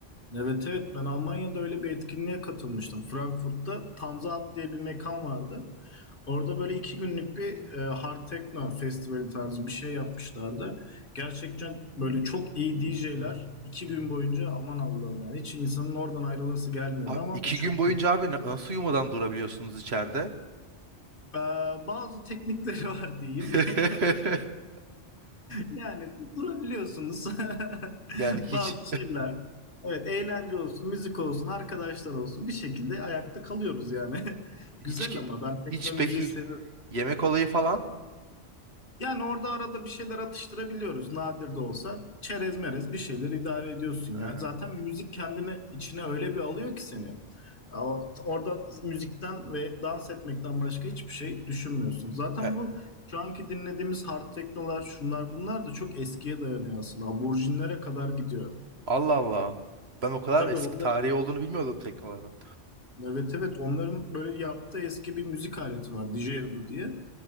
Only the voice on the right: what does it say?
Abi
iki
gün boyunca abi na- nasıl uyumadan durabiliyorsunuz içeride?
<laughs>
Yani hiç
<laughs> hiç
ki-
hiç
peki
yemek olayı falan.
Ee,
ya-
Allah Allah. Ben o kadar
eski
tarihi olduğunu bilmiyordum teknoların.